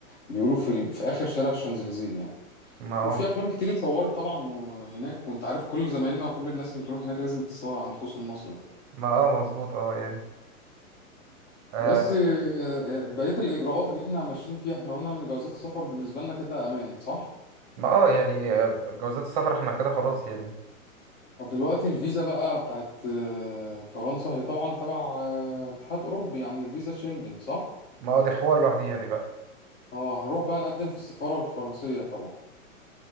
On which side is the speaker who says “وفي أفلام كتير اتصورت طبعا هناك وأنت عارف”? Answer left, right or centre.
Left